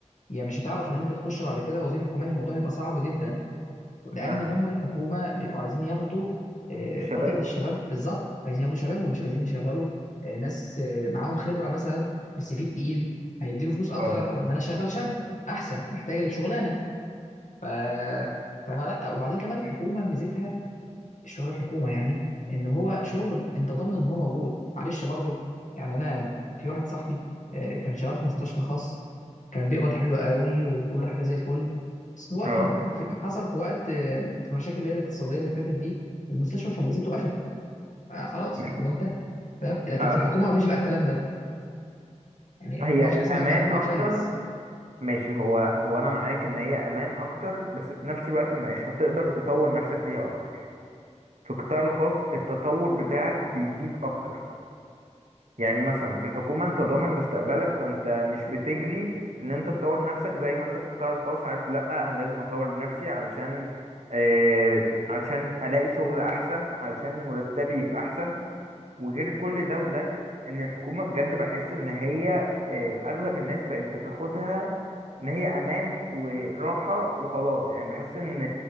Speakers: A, on the left; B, on the right.
A: يا مش هتعرف ان انت تخش بعد كده وظيفه حكوميه الموضوع هيبقى صعب جدا لان
B: فاهمك
A: هم الحكومه بيبقوا عايزين ياخدوا آه،
B: الشباب
A: فتره الشباب بالظبط عايزين ياخدوا شباب ومش عايزين يشغلوا آه، ناس آه، معاهم خبره مثلا بس في تقيل هيديله فلوس
B: اه
A: اكتر طب ما انا شغال شاب احسن محتاج الشغلانه ف فلا وبعدين كمان الحكومه ميزتها الشغل الحكومه يعني ان هو شغل انت ضامن ان هو موجود معلش برضه يعني انا في واحد صاحبي آه، كان شغال في مستشفى خاص كان بيقبض حلو قوي وكل حاجه زي الفل بس في وقت
B: اه
A: من- في- حصل في وقت آه، في مشاكل اللي هي الاقتصاديه اللي فاتت دي المستشفى فلست وقفت آه خلاص
B: ماشي
A: الموضوع انتهى فاهم لكن
B: آه.
A: في الحكومه مفيش بقى الكلام ده يعني الحكومه
B: هي
A: مفيش حاجه اسمها
B: امان
A: ان الحكومه
B: اكتر
A: تفلس
B: ماشي هو هو انا معاك ان هي امان اكتر بس في نفس الوقت مش هتقدر تطور نفسك فيها اكتر في القطاع الخاص التطور بتاعك بيزيد اكتر يعني مثلا في الحكومة انت ضامن مستقبلك فانت مش بتجري ان انت تطور نفسك زي ما انت في القطاع الخاص عارف لا انا لازم اطور نفسي علشان آه علشان الاقي شغل احسن علشان مرتبي يبقى احسن وغير كل ده وده ان الحكومة بجد بحس ان هي آه اغلب الناس بقت بتاخدها ان هي امان وراحة وخلاص يعني بحس ان